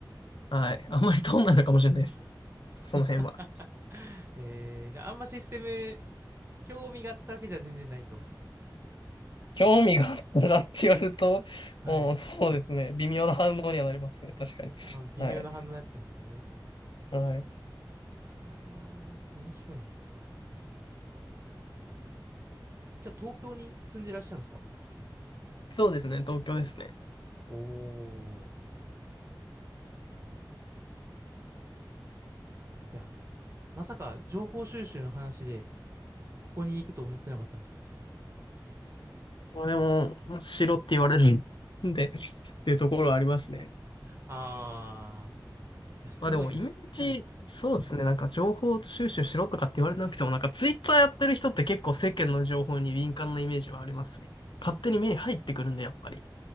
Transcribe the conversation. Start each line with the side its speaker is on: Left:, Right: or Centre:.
Left: あ、はい。あんまり通んないのかもしれないです。
Right: <laughs>
Left: その辺は。
Right: ええ、じゃあ、あんまシステム、興味があったわけじゃ全然ないと。
Left: 興味があったらって言われると、
Right: はい。
Left: うん、そうですね。微妙な反応にはなりますね。確かに。
Right: あ、微妙な反応になっちゃうんですよね。
Left: はい。はい。
Right: はあ、面白いな。じゃあ東京に住んでらっしゃるんですか
Left: そうですね。東京ですね。
Right: おー。いや、まさか情報収集の話で、ここに行くと思ってなかったです。
Left: まあでも、白って言われるんで、っていうところはありますね。
Right: あー、いや、すごいな。
Left: まあでも、イメージ、
Right: はい。
Left: そうですね。なんか情報収集しろとかって言われなくても、なんかツイッターやってる人って結構世間の情報に敏感なイメージはありますね。勝手に目に入ってくるんで、やっぱり。